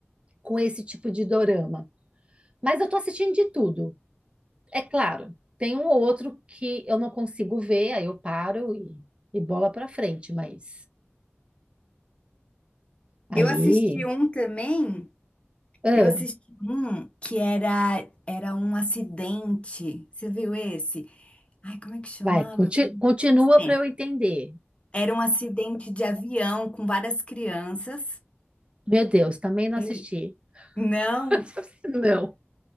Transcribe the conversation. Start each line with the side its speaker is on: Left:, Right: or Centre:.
Right: com esse tipo de dorama. Mas eu tô assistindo de tudo, é claro. Tem um ou outro que eu não consigo ver, aí eu paro e, e bola pra frente, mas aí,
Left: Eu assisti um também.
Right: ah,
Left: Eu assisti um que era era um acidente. Você viu esse? Ai, como é que chamava?
Right: vai, conti- continua
Left: Sim.
Right: para eu entender.
Left: Era um acidente de avião com várias crianças.
Right: <laughs> Meu Deus, também não assisti.
Left: E
Right: <laughs>
Left: não,
Right: Não.